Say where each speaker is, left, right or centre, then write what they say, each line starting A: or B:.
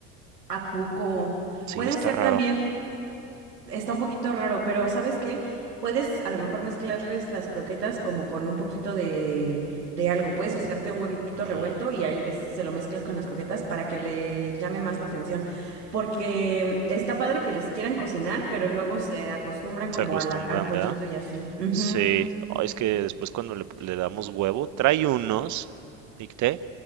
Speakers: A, on the right; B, on the right.
A: ¿A poco?
B: Sí,
A: Puede
B: está
A: ser
B: raro.
A: también, está un poquito raro, pero ¿sabes qué? Puedes a lo mejor mezclarles las croquetas como con un poquito de, de algo. Puedes hacerte un huevito
B: Mm,
A: revuelto y ahí les, se lo mezclas con las croquetas para que le llame más la atención. Porque está padre que les quieran cocinar, pero luego se acostumbran como
B: se acostumbran,
A: a la- al pollito
B: ¿verdad?
A: y así. Ujú.
B: Sí. Ay, es que después cuando le, le damos huevo, trae unos, dicté.